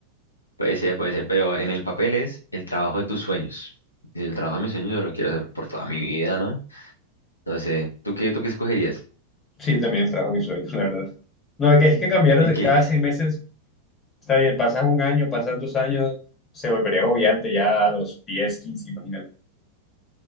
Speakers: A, on the left; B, on the left.
A: puede ser, puede ser, pero en el papel es el trabajo de tus sueños. Y el trabajo de mis sueños yo lo quiero hacer por toda mi vida, ¿no? No sé, ¿tú qué, tú qué escogerías?
B: Sí, también el trabajo es mi sueño, <laughs> la verdad. No, que es que cambiar
A: ¿Y
B: de
A: qué?
B: cada seis meses Está bien, pasas un año, pasas dos años, se volvería agobiante ya a los diez quince imagínate.